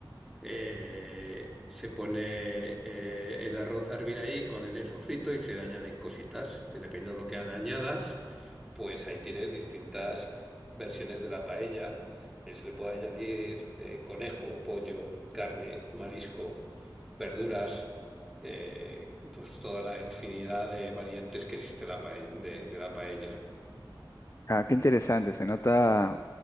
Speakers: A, in the centre; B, on the left.
A: eh, se pone eh, el arroz a hervir ahí con el sofrito y se le añaden cositas. Y dependiendo de lo que le añadas, pues ahí tienes distintas versiones de la paella. Eh, se le puede añadir eh, conejo, pollo, carne, marisco, verduras. eh, pues toda la infinidad de variantes que existe la pae- de de la paella.
B: Ah, qué interesante, se nota